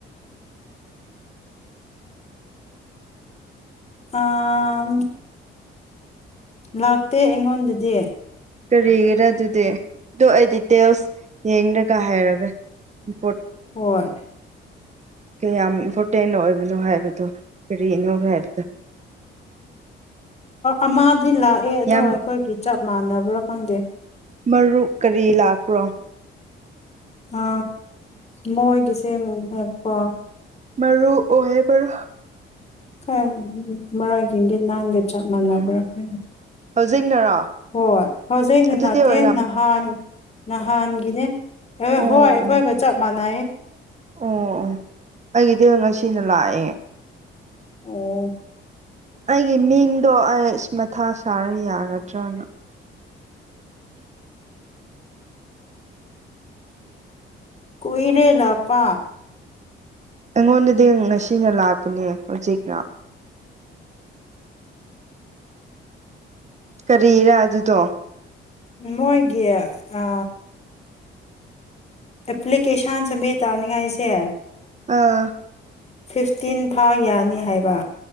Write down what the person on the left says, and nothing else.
ꯑ ꯂꯥꯛꯇꯦ ꯑꯩꯉꯣꯟꯗꯗꯤ
ꯍꯣꯏ
ꯑꯃꯗꯤꯗꯤ ꯂꯥꯛꯑꯦ ꯑꯗꯣ
ꯑꯩꯈꯣꯏꯒꯤ ꯆꯞ ꯃꯥꯟꯅꯕ꯭ꯔꯥ ꯈꯪꯗꯦ
ꯎ ꯃꯣꯏꯒꯤꯁꯦ ꯍꯥꯏꯕꯀꯣ
ꯈꯔ ꯃꯔꯥꯒꯤꯗꯤ ꯅꯍꯪꯒ ꯆꯞ ꯃꯥꯟꯅꯕ꯭ꯔꯥ
ꯍꯥꯏ
ꯍꯣꯏ ꯍꯧꯖꯤꯛ
ꯅꯠꯇꯦ
ꯅꯍꯥꯟ ꯅꯍꯥꯟꯒꯤꯅꯦ
ꯍꯣꯏ
ꯑꯩꯈꯣꯏꯒ
ꯆꯞ ꯃꯥꯟꯅꯩ
ꯑꯣ
ꯀꯏꯔꯦ ꯂꯥꯛ ꯄ
ꯃꯣꯏꯒꯤ ꯑ ꯑꯦꯄ꯭ꯂꯤꯀꯦꯁꯟ ꯁꯃꯦ ꯇꯥꯥꯎꯅꯤꯌꯥꯏꯁꯦ ꯍꯥꯏ
ꯐꯤꯐꯇꯤꯟ ꯐꯥꯎ ꯌꯥꯅꯤ ꯍꯥꯏꯕ